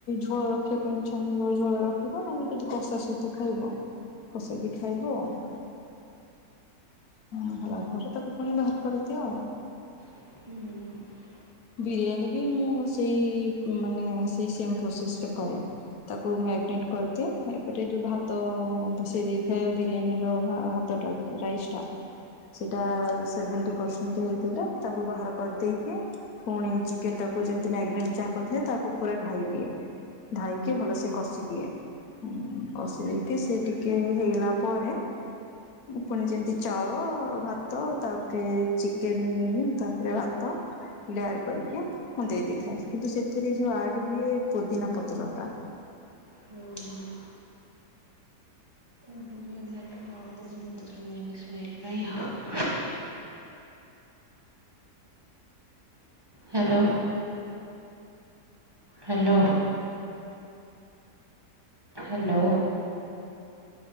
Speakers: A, on the left; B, on the right.
A: ଝୋଳ ରଖିଅ ଏଁ ଚାହିଁବ ଝୋଳ ରଖିବ ନହେଲେ କିଟି କଷା ସହିତ ଖାଇବ। କଷା ବି ଖାଇବ ହଁ ହଁ। ଅରେ ତାକୁ ପୁଣି ବାହାର କରିଦିଅ।
B: ହୁଁ।
A: ବିରିୟାନୀ ବି ମୁଁ ସେଇ ମାନେ ସେଇ ସେମ୍ ପ୍ରୋସେସରେ କରେ। ତାକୁ ମ୍ୟାରିନେଟ କରିଦିଏ ଏପଟେ ଯୋଉ ଭାତ ବସେଇ ଦେଇଥାଏ ବିରିୟାନୀର ଭା ଭାତଟା। ରାଇସ୍ ଟା ସେଇଟା ସେଭେଣ୍ଟି ପରସେଣ୍ଟ ହେଇଥିଲେ ତାକୁ ବାହାର କରିଦେଇକି ପୁଣି ଚିକେନ ଟାକୁ ଯେ ମ୍ୟାଗନେଟ ଯାହାକରି ଥାଏ ତାହାକୁ ପୁରା ଢାଳି ଦିଏ ଢାଳିକି ଭଲସେ କଷି ଦିଏ। ହୁଁ କସି ଦେଇକି ସିଏ ଟିକିଏ ହେଇଗଲା ପରେ ପୁଣି ଯେମିତି ଚାଉଳ ଭାତ ତାପରେ ଚିକେନ ତାପରେ ଭାତ ଲେୟାର କରିକି ଦେଇ ଦେଇଥାଏ କିନ୍ତୁ ସେଥି ସେଥିରେ ଯୋଉ ଆଡ ହୁଏ ପୋଦିନା ପତ୍ରଟା।
B: ହୁଁ ହୁଁ। ବିରିଆନିରେ ଥିବ ପୋଦିନା ପତ୍ର ମେନ ସ୍ମେଲ୍ ପାଇ। ହାଲୋ। ହାଲୋ। ହାଲୋ।